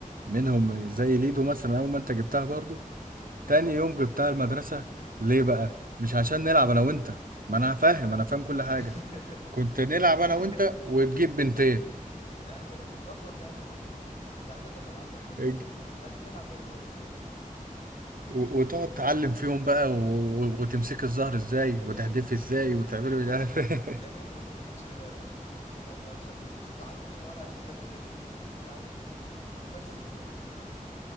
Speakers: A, on the right; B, on the left.
A: منهم زي ليدو مثلا اول ما انت جبتها برضو تاني يوم غبتها المدرسة ليه بقى؟ مش عشان نلعب أنا وأنت ما أنا فاهم أنا فاهم كل حاجة
B: <laughs>
A: كنت نلعب أنا وأنت وتجيب بنتين
B: يعني كنا بنظبط يعني الحاجات يا عم مهند يعني بدل ما نلعب لوحدنا
A: اج-
B: ع- عايزين نلعب لعب كويس يعني
A: و- وتقعد تعلم فيهم بقى و... و- وتمسك الزهر ازاي وتحدفي
B: يا بنت مش
A: ازاي
B: كده
A: وتعملي مش عارف <laughs> ايه
B: يا بنت ما بتترميش كده يا بنت يا بنت فهمي بقى مش هت... مش هتعلميها ولا هتكسبي في ليلتك الصيني يعني وبس والله